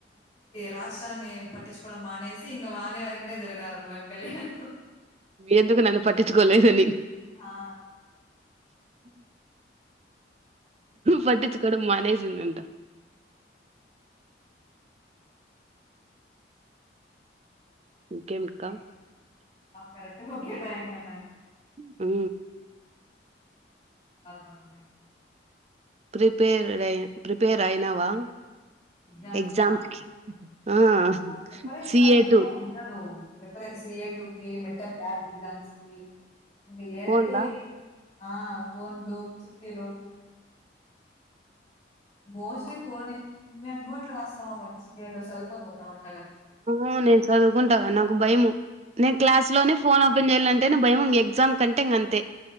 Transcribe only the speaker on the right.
ఎందుకు నన్ను పట్టించుకోలేలేదని.
పట్టించుకోడం మానేసిందంట ఇంకేం అక్క
ఉ
ప్రిపేర్డ్ ప్రిపేర్ అయినావా
ఎక్జామ్స్కి
ఆ
సి
ఏ టు
ఫోన్లా
ఆ నేను చదువుకుంటాగా నాకు భయము నేను క్లాస్ లోని ఫోన్ ఓపెన్ చెయ్యాలం అంటేను భయం ఎగ్జామ్ కంటే ఇక అంతే